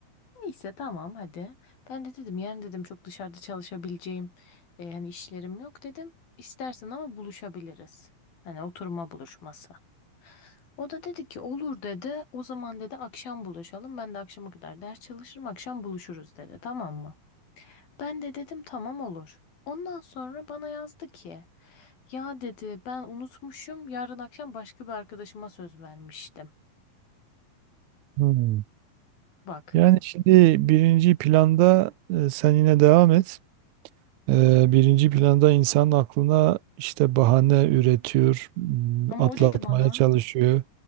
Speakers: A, on the left (about 85°); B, on the right (about 70°).
A: Neyse tamam hadi. Ben de dedim yarın dedim çok dışarıda çalışabileceğim e, yani işlerim yok dedim. İstersen ama buluşabiliriz. Hani oturma buluşması. O da dedi ki olur dedi. O zaman dedi akşam buluşalım. Ben de akşama kadar ders çalışırım. Akşam buluşuruz dedi. Tamam mı? Ben de dedim tamam olur. Ondan sonra bana yazdı ki ya dedi ben unutmuşum. Yarın akşam başka bir arkadaşıma söz vermiştim.
B: Hmm.
A: Bak.
B: Yani şimdi birinci planda e, sen yine devam et. E, birinci planda insan aklına işte bahane üretiyor, m,
A: Ama
B: atlatmaya
A: o dedi bana
B: çalışıyor